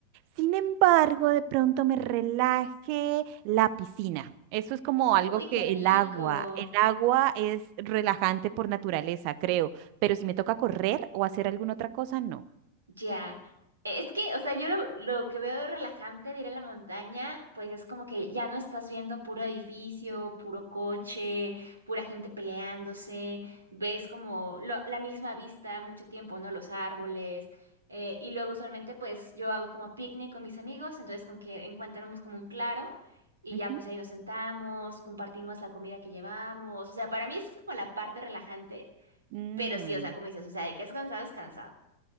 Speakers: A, on the right (about 45°); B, on the right (about 75°).
A: Sin embargo, de pronto me relaje la piscina. Eso es como
B: Uy,
A: algo que
B: qué rico.
A: el agua, el agua es relajante por naturaleza, creo, pero si me toca correr o hacer alguna otra cosa, no.
B: Ya. E, Es que, o sea, yo lo, lo que veo relajante de ir a la montaña, pues es como que ya no estás viendo puro edificio, puro coche, pura gente peleándose, ves como lo- la misma vista mucho tiempo, ¿no? Los árboles. eh, y luego usualmente pues yo hago como picnic con mis amigos, entonces como que encontramos como un claro y
A: Ujú.
B: ya pues ahí nos sentamos, compartimos la comida que llevamos. O sea, para mí eso es como la parte relajante,
A: Mm.
B: pero sí, o sea, como dices, o sea, de que es cansado, es cansado.